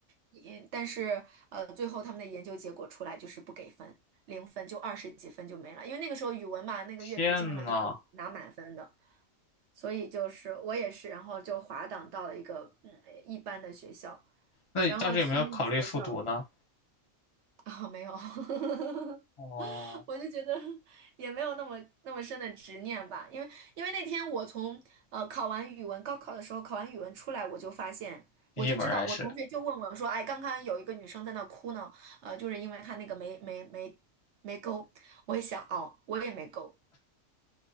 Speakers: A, on the right (about 65°); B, on the left (about 30°).
A: 也但是呃，最后他们的研究结果出来就是不给分，零分就二十几分就没了，因为那个时候语文嘛，那个阅读基本上就可以拿满分的，
B: 天呐，
A: 所以就是我也是，然后就滑档到了一个嗯一般的学校，
B: 那当时有没有考虑复读呢？
A: 然后去那个学校。<laughs> 啊，没有，<laughs>
B: 哦，
A: 我就觉得也没有那么那么深的执念吧，因为因为那天我从呃考完语文，高考的时候考完语文出来，我就发现，
B: 第一门儿还是，
A: 我就知道，我同学就问我说，哎，刚刚有一个女生在那哭呢，呃，就是因为她那个没没没没勾，我也想哦，我也没勾，